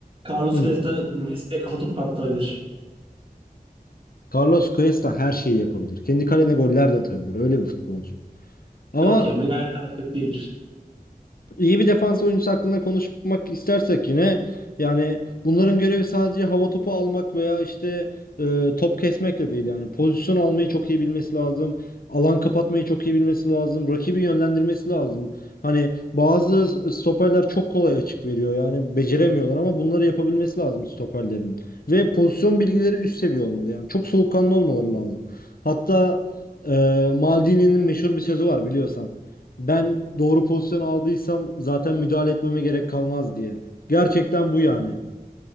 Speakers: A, on the right (about 35°); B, on the left (about 70°).
A: Carlos
B: Hı.
A: Cuesta Messi'ye kafa topu kaptırabilir.
B: Carlos Cuesta her şeyi yapabilir. Kendi kalene goller de atabilir. Öyle bir futbolcu. Ama
A: Yok ya Maguire kadar kötü değildir.
B: İyi bir defans oyuncusu hakkında konuşmak istersek yine yani bunların görevi sadece hava topu almak veya işte e, top kesmek de değil yani pozisyon almayı çok iyi bilmesi lazım. Alan kapatmayı çok iyi bilmesi lazım. Rakibi yönlendirmesi lazım. Hani bazı stoperler çok kolay açık veriyor. Yani beceremiyorlar ama bunları yapabilmesi lazım stoperlerin. Ve pozisyon bilgileri üst seviye olmalı. Yani çok soğukkanlı olmaları lazım. Hatta e, Maldini'nin meşhur bir sözü var biliyorsan. Ben doğru pozisyon aldıysam zaten müdahale etmeme gerek kalmaz diye. Gerçekten bu yani.